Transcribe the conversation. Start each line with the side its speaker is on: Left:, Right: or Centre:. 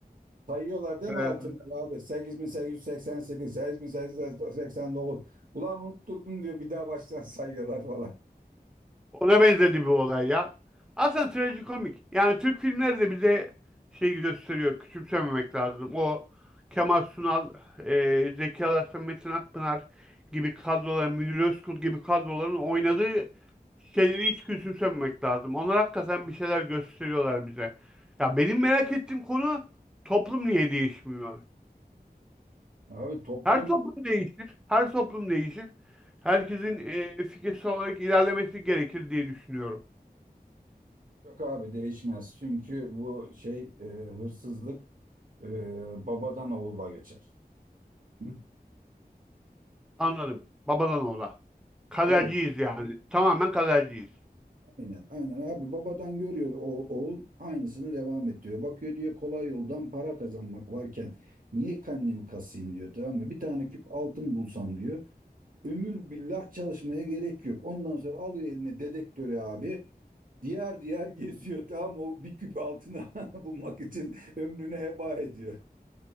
Right: Sayıyorlar değil
Centre: E,
Right: mi altını abi? Sekiz sekiz sekiz yüz seksen sekiz sekiz bin bin yüz yüz seksen seksen 8889. Ulan unutturdun diyor bir daha baştan <laughs> sayıyorlar falan.
Centre: Ona benzedi bir olay ya. Aslında trajikomik. Yani Türk filmleri de bize şey gösteriyor. Küçümsememek lazım. O Kemal Sunal, e, Zeki Alasya, Metin Akpınar gibi kadroların, Münir Özkul gibi kadroların oynadığı şeyleri hiç küçümsememek lazım. Onlar hakikaten bir şeyler gösteriyorlar bize. Ya benim merak ettiğim konu toplum niye değişmiyor?
Right: Abi toplum
Centre: Her toplum değişir. Her toplum değişir. Herkesin e, fikirsel olarak ilerlemesi gerekir diye düşünüyorum.
Right: yok abi değişmez. Çünkü bu şey e, hırsızlık e, babadan oğula geçer. <laughs> Hı,
Centre: Anladım. Babadan oğula. Kaderciyiz
Right: Tabii
Centre: yani. Tamamen kaderciyiz.
Right: aynen, aynen abi babadan görüyor o, oğul aynısını devam ettiriyor. Bakıyor diyor kolay yoldan para kazanmak varken niye kendimi kasayım diyor tamam mı? Bir tane küp altın bulsam diyor. Ömür billah çalışmaya gerek yok. Ondan sonra alıyor eline dedektörü abi. Diğer diğer <laughs> geziyor tamam o bir küp altını <laughs> bulmak için ömrünü heba ediyor.